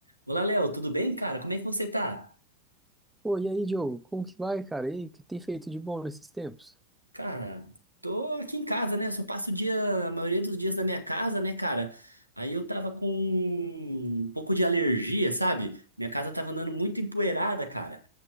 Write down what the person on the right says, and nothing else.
Olá, Léo, tudo bem, cara? Como é que você tá?
Cara, tô aqui em casa, né? Eu só passo o dia, a maioria dos dias na minha casa, né, cara? Aí eu tava com um pouco de alergia, sabe? Minha casa tava andando muito empoeirada, cara.